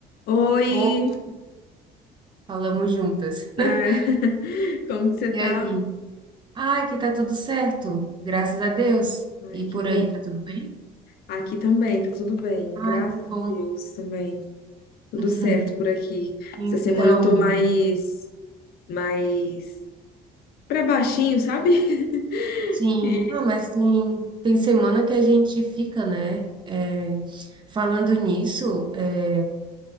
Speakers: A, on the left (about 65°); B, on the right (about 30°).
A: Oi,
B: Oi, falamos juntas.
A: Ai, <laughs>
B: <laughs>
A: como que você tá?
B: E aí? Ah, aqui tá tudo certo, graças a Deus.
A: Ai,
B: E por
A: que bom.
B: aí, tá tudo bem?
A: Aqui também, tá tudo bem,
B: Ah,
A: graças
B: que bom.
A: a Deus também, tudo
B: <laughs>
A: certo por aqui.
B: Então,
A: Essa semana eu tô mais, mais pra baixinho, sabe? <laughs>
B: sim,
A: Que,
B: ah, mas tem, tem semana que a gente fica, né? É, falando nisso, é,